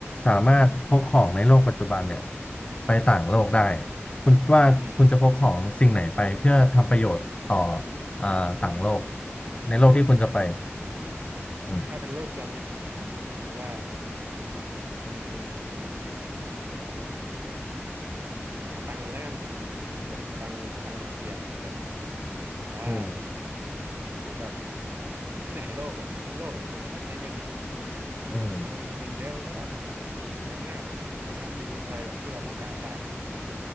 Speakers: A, on the left (about 25°); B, on the right (about 45°).
A: สามารถพกของในโลกปัจจุบันเนี่ยไปต่างโลกได้คุณคิดว่าคุณจะพกของสิ่งไหนไปเพื่อทำประโยชน์ต่อ
B: อืมอืมอืม
A: อ่าต่างโลกในโลกที่คุณจะไป
B: อืม
A: อืม
B: ถ้าเป็นโลกจอห์นวิกผมนะผมคิดว่าอืม เอาตังค์มาแล้วกันแบบตังค์ตังค์มาเฟียเหมือนจอร์นวิกอะเพราะว่า
A: อืม
B: เหมือนแบบที่ไหนในโลกอะทุกโลกแหละมันก็ต้องใช้เงินเนาะ
A: อืม
B: แบบพอมันมีเงินเยอะมันก็แบบมีอำนาจอะสามารถซื้ออะไรแบบที่เราต้องการได้อืม